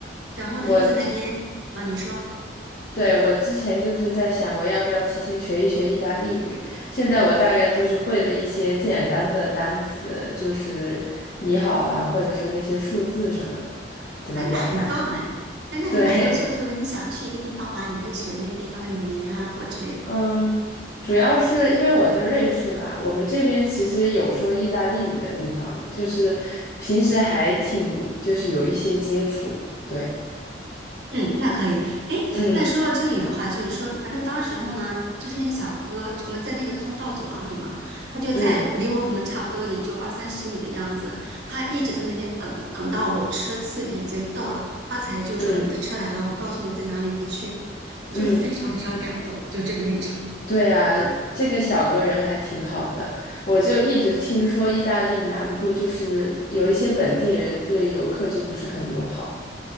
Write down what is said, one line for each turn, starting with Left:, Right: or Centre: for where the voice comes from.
Right: 然后他就在那边啊，
Left: 我
Right: 你说，
Left: 对我之前就是在想，我要不要提前学一学意大利语？现在我大概就是会了一些简单的单词，就是你好啊，或者说那些数字什么的，怎么表达？
Right: 哎，那很棒哎，哎，那你蛮优秀，
Left: 对，
Right: 就是你想去一个地方玩，你会学那个地方的语言啊或之类的。
Left: 嗯，主要是因为我在瑞士嘛，我们这边其实有说意大利语的地方，就是平时还挺就是有一些接触，对，
Right: 嗯，那可以。哎，
Left: 嗯
Right: 那说到这里的话，就是说，反正当时候呢，就是那个小哥，就我们在那个通道走廊里嘛，他就在离我可能差不多也就二三十米的样子，
Left: 嗯
Right: 他一直在那边等，等到我车次已经到了，他才就是说你的车来了，
Left: 嗯
Right: 我告诉你在哪里，你去。我就非常非常感动，
Left: 嗯。嗯
Right: 就这个旅程。
Left: 对啊，这个小哥人还挺好的。我就一直听说意大利南部就是有一些本地人对游客就不是很友好，